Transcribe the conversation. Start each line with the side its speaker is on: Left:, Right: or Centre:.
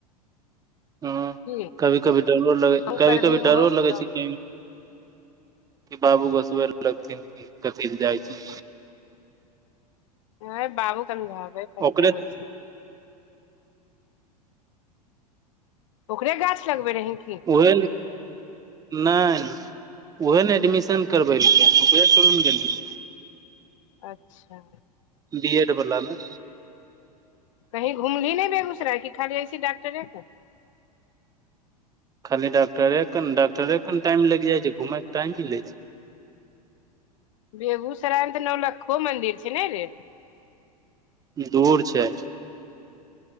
Right: हँ
Left: की
Right: कभी कभी डरो लगै
Left: तू
Right: कभी
Left: करबही
Right: कभी
Left: ओहो
Right: डरो
Left: करतौ
Right: लगै छै कही कि बाबू घोसबै लगथिन कि कथी लऽ जाइ छै
Left: ऐ बाबू समझाबे परते
Right: ओकरे
Left: ओहि से ओकरे गाछ लगबे रहि की
Right: उहे नय उहे नऽ एडमिशन करबेलकै हँ ओकरे भुरू नऽ गेलियै
Left: अच्छा
Right: बी एड बलामे
Left: कही घुमली नय बेगूसराय की खाली ऐसी डॉकटरे तर
Right: खाली डॉक्टरे कऽ नऽ डॉक्टरे कऽ नऽ टाइम लैग जाइ छै घुमेय केँ टाइम मिलै छै
Left: बेगूसरायमे तऽ नौलक्खो मंदिर छै नय रे
Right: दूर छै